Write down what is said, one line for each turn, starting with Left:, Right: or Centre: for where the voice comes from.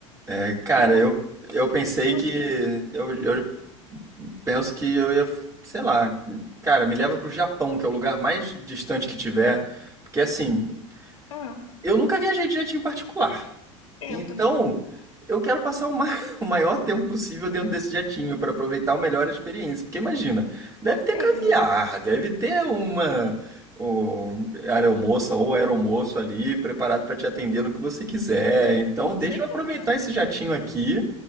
Right: É, cara,
Left: Eu
Right: eu,
Left: acho
Right: eu pensei
Left: que você-
Right: que. Eu, eu penso que eu ia, sei lá, cara, me leva pro Japão, que é o lugar mais distante que tiver. Porque assim,
Left: Ah,
Right: eu nunca viajei de jeitinho particular.
Left: eu
Right: Então,
Left: também não
Right: eu quero passar o, ma- <laughs> o maior tempo possível dentro desse jatinho para aproveitar o melhor a experiência. Porque imagina, deve ter
Left: sei,
Right: caviar, deve ter uma um, aeromoça ou aeromoço ali preparado para te atender no que você quiser. Então,
Left: com
Right: deixa
Left: certeza.
Right: eu aproveitar esse jatinho aqui.